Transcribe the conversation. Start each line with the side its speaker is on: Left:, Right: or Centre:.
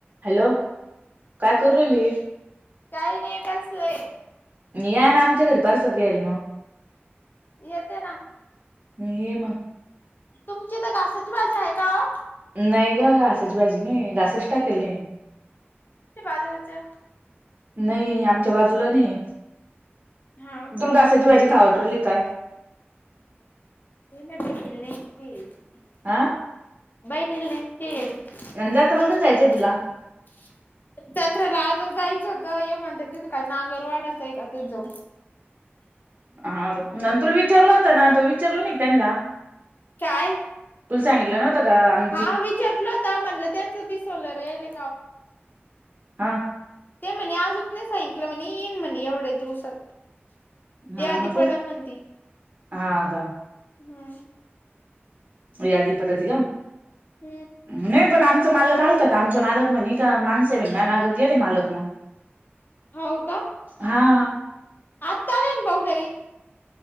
Right: Hello! काय करू राहली
Left: कायी नायी बसलेय
Right: या ना आमच्या घरी परसाद घ्यायला मग
Left: येते ना
Right: ये मग
Left: तुमच्या इथं घासाची भाजी हाय का वो?
Right: नायी ग घासाची भाजी नायीये, घासच टाकेल नायीये
Left: बाजुला <inaudible>
Right: नायी आमच्या बाजूला नाहीये
Left: हाव
Right: तुला
Left: का
Right: घासाची भाजी खाव वाटु राहीली का काय?
Left: ते विचार <unintelligible> <inaudible>
Right: आ
Left: बाई ला <unintelligible>
Right: जत्रालाच जायचंय तुला
Left: <inaudible> जत्राला आजच जायचं होतं, हे म्हणत्यात तिथ काय नांगर वाडायचाय का तिथं जाऊन
Right: हा न तुला विचारलं होता ना त्यो विचारलं नायी का त्यांना?
Left: काय?
Right: तुला सांगितलं नव्ह नव्हत काम?
Left: हा विचारलं होतं म्हटल त्याच बी सोलर येयलय
Right: हा
Left: ते म्हणे आजुक नायी सांगितलं, म्हणे येईन म्हणे एवढ्या दिवसात
Right: हा
Left: यादी
Right: म
Left: पडन
Right: तेच,
Left: म्हणती
Right: हा का?
Left: हम्म
Right: यादी पडती ग,
Left: हम्म
Right: नायी पण आमचं मालक आलतं आमचा मालक म्हणे का माणस भेटेना गेले मालक मग
Left: हो का?
Right: हा
Left: आता आले ना भाऊ घरी